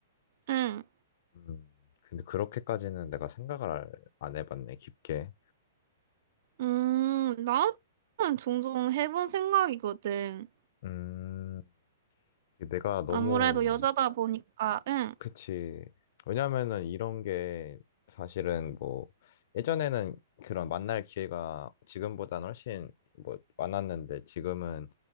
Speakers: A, on the right; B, on the left.
A: 응.
B: 음, 근데 그렇게까지는 내가 생각을 안 해봤네, 깊게.
A: 음, 나는 종종 해본 생각이거든.
B: 음, 내가 너무
A: 아무래도 여자다 보니까, 응,
B: 그치. 왜냐면은 이런 게 사실은 뭐 예전에는 그런 만날 기회가 지금보다는 훨씬 뭐 많았는데 지금은